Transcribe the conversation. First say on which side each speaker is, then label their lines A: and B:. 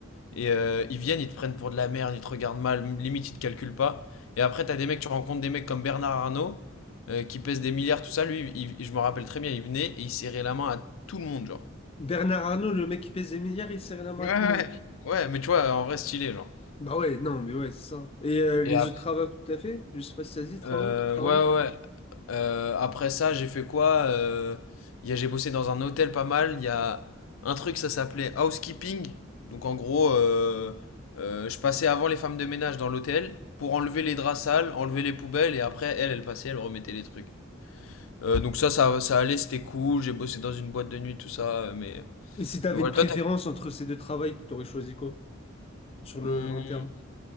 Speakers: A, on the left; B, on the left.
A: Et euh, ils viennent, ils te prennent pour de la merde, ils te regardent mal, limite ils te calculent pas. Et après, t'as des mecs, tu rencontres des mecs comme Bernard Arnault, euh, qui pèse des milliards, tout ça. Lui, il- je me rappelle très bien, il venait et il serrait la main à tout le monde, genre.
B: Bernard Arnault, le mec qui pèse des milliards, il serrait la main
A: Ouais, ouais.
B: à tout le monde.
A: Ouais, mais tu vois, en vrai, stylé, genre.
B: Bah ouais, non, mais ouais, c'est ça. Et euh, les
A: Et ap-
B: autres travaux que t'as fait? Je sais pas si ça se dit, travaux,
A: euh,
B: travail?
A: ouais, ouais. ouais. Euh, après ça, j'ai fait quoi Euh, il y a- J'ai bossé dans un hôtel pas mal. Il y a un truc, ça s'appelait housekeeping. Donc en gros, euh, euh, je passais avant les femmes de ménage dans l'hôtel pour enlever les draps sales, enlever les poubelles et après, elle, elle passait, elle remettait les trucs. Euh, donc ça, ça, ça allait, c'était cool. J'ai bossé dans une boîte de nuit, tout ça. euh, Mais,
B: Et si t'avais
A: mais voilà,
B: une préférence
A: toi, t'as...
B: entre ces deux travails, t'aurais choisi quoi? Sur
A: Hmm,
B: le long terme?